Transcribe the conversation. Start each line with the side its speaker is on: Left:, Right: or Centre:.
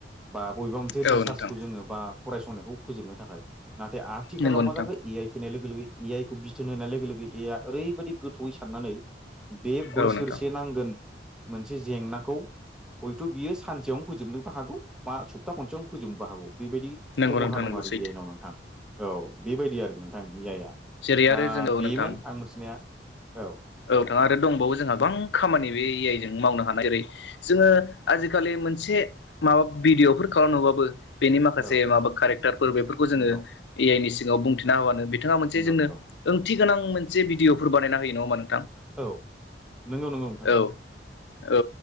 Centre: बा बबेबा मोनसे रिसार्चखौ
Left: औ नोंथां
Centre: जोंङो बा फरायसनायखौ फोजोबनो थाखाय नाथाय आथिखालाव
Left: नंगौ नोंथां
Centre: मा जाखो ए आइ फैनाय लोगो लोगो ए आइखौ बिथोन होनाय लोगो लोगो एआ ओरैबायदि गोथौयै साननानै बे बोसोरसे
Left: औ नोंथां
Centre: नांगोन मोनसे जेंनाखौ हयथ' बियो सानसेयावनो फोजोबनोबो हागौ मा स प्था खनसेयावनो फोजोबनोबो हागौ बेबायदि
Left: नंगौ
Centre: खमथा
Left: नोंथां
Centre: दं
Left: नंगौ
Centre: आरो
Left: सैथो
Centre: इ आइनाव नोंथां औ बेबायदि आरो नोंथांनि ए आयया
Left: जेरै
Centre: दा
Left: आरो जों औ
Centre: बेमोन
Left: नोंथां
Centre: आं मिथिनाया औ
Left: औ नोंथां आरो दंबावो जोंहा गोबां खामानि बे ए आइ जों मावनो हानाय ओरै जोंङो आजिखालि मोनसे माबा भिडिअ'फोर खालामनोबाबो बेनि माखासे
Centre: औ
Left: माबा केरेक्टारफोर बेफोरखौ जोंङो
Centre: नंगौ
Left: ए आइ नि सिङाव बुंथिना हाबानो बे बिथांङा मोनसे
Centre: नंगौ
Left: जोंनो
Centre: नंगौ
Left: ओंथि गोनां मोनसे भिडिअफोर बानायना होयो नंङा होमबा नों
Centre: औ नंगौ नंगौ नोंथां नंगौ।
Left: औ औ